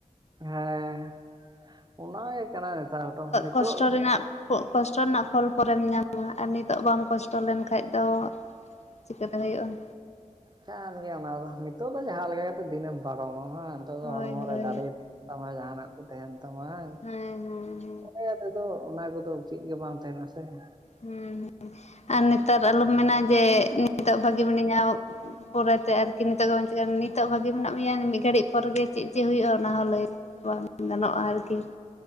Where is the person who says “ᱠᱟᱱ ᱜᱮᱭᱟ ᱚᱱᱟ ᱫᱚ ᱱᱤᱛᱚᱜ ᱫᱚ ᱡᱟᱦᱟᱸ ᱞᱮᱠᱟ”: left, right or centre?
Right